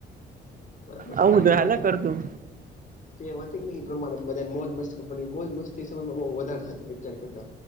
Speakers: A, on the left; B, on the right.
A: બરાબર છે
B: આવું
A: કરી
B: બધું
A: તો
B: હાલ્યા
A: હું
B: કરતું
A: તે હતી પ્રમાણે બ મોજ મસ્ત કંપની મોજ <unintelligible> સમયમાંહ વધારે થ અતાર કરતા.